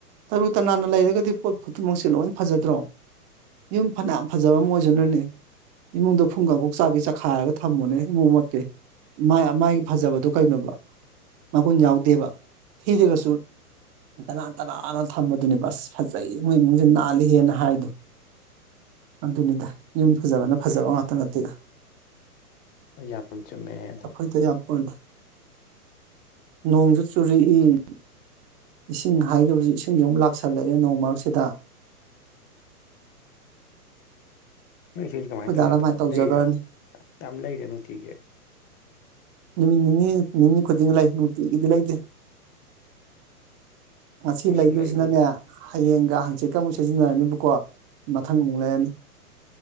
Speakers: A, on the right (about 15°); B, on the left (about 20°).
A: ꯇꯔꯨ ꯇꯅꯥꯟꯅ ꯂꯩꯔꯒꯗꯤ ꯄꯣꯠ ꯈꯨꯗꯤꯡꯃꯛꯁꯤ ꯂꯣꯏ ꯐꯖꯗ꯭ꯔꯣ ꯌꯨꯝ ꯐꯅꯌꯥꯝ ꯐꯖꯕ ꯑꯝ ꯑꯣꯏꯁꯅꯨꯅꯦ ꯏꯃꯨꯡꯗ ꯐꯨꯡꯀꯥꯡꯀꯣꯛ ꯆꯥꯒꯦ ꯆꯈꯥꯏꯔꯒ ꯊꯝꯃꯣꯅꯦ ꯏꯃ‌ꯣ ꯃꯣꯠꯀꯩ ꯃꯥꯏ ꯑꯃꯥꯏꯒꯤ ꯐꯖꯕꯗꯣ ꯀꯩꯅꯣꯕ ꯃꯒꯨꯟ ꯌꯥꯎꯗꯦꯕ ꯊꯤꯗ꯭ꯔꯒꯁꯨ ꯇꯅꯥꯟ ꯇꯅꯥꯟꯅ ꯊꯝꯕꯗꯨꯅꯦ ꯑꯁ ꯐꯖꯩ ꯏꯃꯣꯏ ꯏꯃꯨꯡꯁꯦ ꯅꯥꯜꯂꯤꯍꯦꯅ ꯍꯥꯏꯗꯣ ꯑꯗꯨꯅꯤꯗ ꯌꯨꯝ ꯐꯖꯕꯅ ꯐꯖꯕ ꯉꯥꯛꯇ ꯅꯠꯇꯦꯗ
B: ꯍ‌ꯣꯏ ꯌꯥꯝ ꯆꯨꯝꯃꯦ ꯑꯗꯣ
A: ꯍꯣꯏꯗ ꯌꯥꯝ <unintelligible> ꯅꯣꯡꯁꯖꯨ ꯆꯨꯔꯛꯏ ꯏꯁꯤꯡ ꯍꯥꯏꯈꯤꯕꯁꯤ ꯏꯁꯤꯡꯁꯤ ꯑꯃꯨꯛ ꯂꯥꯛꯁꯜꯂꯛꯑꯦ ꯅꯣꯡ ꯃꯔꯛꯁꯤꯗ
B: ꯅꯣꯏ ꯏꯁꯤꯡꯁꯦ
A: ꯑꯩꯈꯣꯏ
B: ꯀꯃꯥꯏꯅ
A: ꯗꯥꯅ
B: ꯇꯧꯔꯤꯅꯣ ꯑꯗꯨꯝ
A: ꯃꯥꯏ ꯇꯧꯖꯈ꯭ꯔꯅꯤ
B: ꯂꯩꯔꯤꯔꯥ ꯌꯥꯝ ꯂꯩꯔꯦ ꯅꯨꯡꯇꯤꯒꯤ
A: ꯅꯨꯃꯤꯠ ꯅꯤꯅꯤ ꯅꯤꯅꯤ ꯈꯨꯗꯤꯡꯒꯤ ꯂꯩ ꯅꯨꯡꯇꯤꯒꯤꯗꯤ ꯂꯩꯗ‌ꯦ ꯉꯁꯤ
B: ꯏꯁꯤꯡ
A: ꯂꯩꯗꯣꯏꯁꯤꯅꯅꯦ
B: ꯂꯩꯕꯗꯨꯗ
A: ꯍꯌꯦꯡꯒ ꯍꯪꯆꯤꯠꯀ ꯑꯃꯨꯛ ꯁꯤꯖꯤꯟꯅꯔꯅꯤꯕꯀꯣ ꯃꯊꯪ ꯑꯃꯨꯛ ꯂꯩꯔꯅꯤ